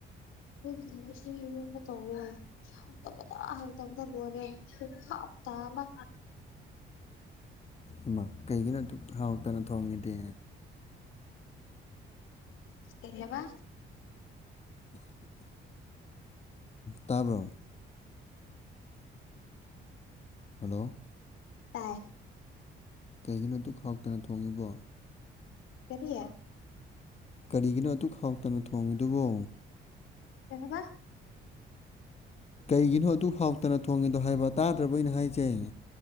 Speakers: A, on the left; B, on the left.
A: ꯑꯟꯏꯟꯇꯦꯜꯂꯤꯖꯦꯕꯜ ꯇꯧꯔ ꯍꯥꯎꯇꯕꯗ ꯍꯇꯕꯗ ꯂꯣꯂꯦ ꯍꯥꯎ ꯑꯃ
B: ꯑꯃ ꯀꯩꯒꯤꯅ ꯑꯗꯨ ꯍꯥꯎꯇꯅ ꯊꯣꯡꯉꯤꯗꯦ
A: ꯁꯤꯔꯦꯕ
B: ꯇꯥꯕꯣ ꯍꯜꯂꯣ
A: ꯇꯥꯏ
B: ꯀꯩꯒꯤꯅꯣ ꯗꯨꯛ ꯍꯥꯎꯇꯅ ꯊꯣꯡꯉꯤꯕꯣ
A: ꯀꯔꯤꯌꯥ
B: ꯀꯔꯤꯒꯤꯅꯣ ꯑꯗꯨ ꯈꯥꯎꯇꯅꯣ ꯊꯣꯡꯉꯤꯗꯨꯕꯣ
A: ꯀꯍꯕ
B: ꯀꯩꯒꯤꯅꯣ ꯑꯗꯨ ꯍꯥꯎꯇꯅ ꯊꯣꯡꯉꯤꯗꯣ ꯍꯥꯏꯕ ꯇꯥꯗ꯭ꯔꯕ ꯑꯩꯅ ꯍꯥꯏꯖꯩ